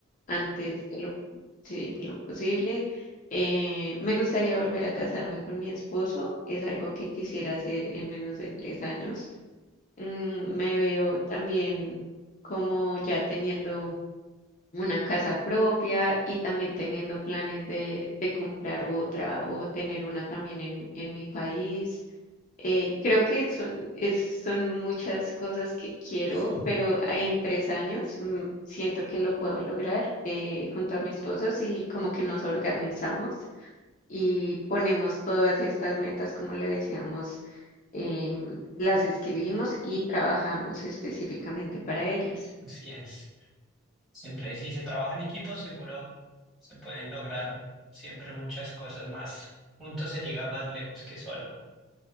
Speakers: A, on the left; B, in the centre.
A: antes de lo, sí, de lo posible. Eh, me gustaría volver a casarme con mi esposo, es algo que quisiera hacer en menos de tres años. Mm, me veo también como ya teniendo una casa propia y también teniendo planes de, de comprar otra o tener una también en, en mi país. Eh, creo que son, es- son muchas cosas que quiero,
B: <laughs>
A: pero en tres años mm, siento que lo puedo lograr eh, junto a mi esposo y como que nos organizamos y ponemos todas estas metas, como le decíamos, em, las escribimos y trabajamos específicamente para ellas.
B: Así es. Siempre, si se trabaja en equipo, seguro se pueden lograr siempre muchas cosas más. Juntos se llega más lejos que solo.